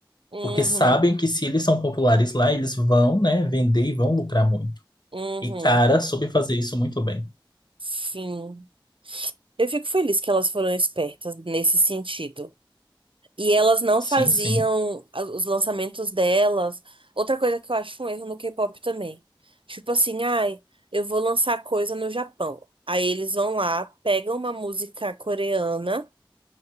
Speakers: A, on the right (about 80°); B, on the left (about 55°).
A: Uhum,
B: porque sabem que se eles são populares lá, eles vão, né, vender e vão lucrar muito.
A: uhum.
B: E cara, soube fazer isso muito bem.
A: Sim. Eu fico feliz que elas foram espertas nesse sentido. E elas não
B: Sim,
A: faziam
B: sim.
A: a- os lançamentos delas. Outra coisa que eu acho um erro no K-pop também. Tipo assim, ai, eu vou lançar coisa no Japão. Aí eles vão lá, pegam uma música coreana,